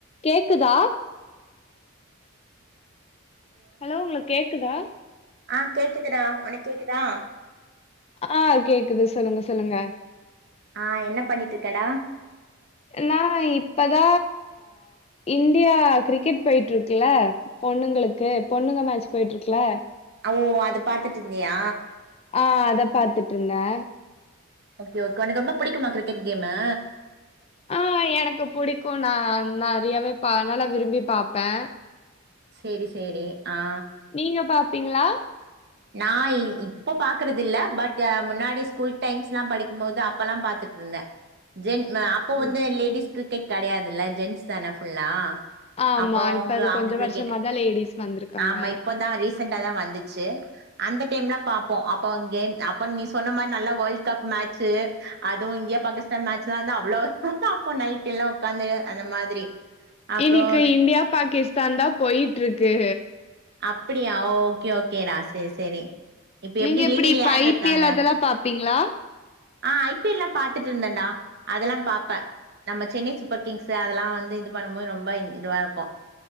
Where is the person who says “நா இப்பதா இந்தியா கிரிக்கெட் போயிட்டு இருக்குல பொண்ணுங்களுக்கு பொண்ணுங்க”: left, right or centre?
Left